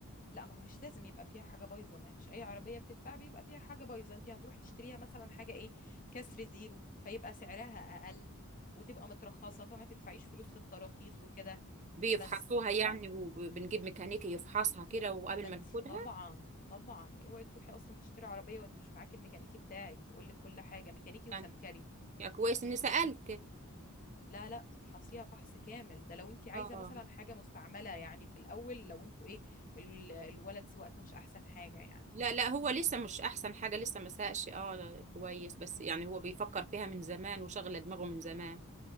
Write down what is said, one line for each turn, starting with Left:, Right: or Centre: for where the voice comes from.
Left: لا ما هو مش لازم يبقى فيها حاجه بايظه ما هي مش اي عربيه بتتباع بيبقى فيها حاجه بايظه انت هتروح تشتريها مثلا حاجه ايه كسر زيرو فيبقى سعرها اقل وتبقى مترخصه فما تدفعيش فلوس في التراخيص وكده
Right: بيفحصوها
Left: بس فاهمه
Right: يعني وبنجيب ميكانيكي يفحصها كده وقبل
Left: ما انت
Right: ما ناخدها
Left: طبعا طبعا اوعي تروحي اصلا تشتري عربيه وانت مش معاكي الميكانيكي بتاعك يقول لك كل حاجه ميكانيكي وسمكري
Right: يعني يا كويس إني سألت
Left: لا لا تفحصيها فحص كامل ده لو انت عايزه
Right: اه
Left: مثلا حاجه مستعمله يعني في الاول لو انتوا ايه ال- الولد سواقته مش احسن حاجه يعني
Right: لا لا هو لسه مش أحسن حاجة لسه ما ساقش اه لا، كويس بس يعني هو بيفكر فيها من زمان وشغل دماغه من زمان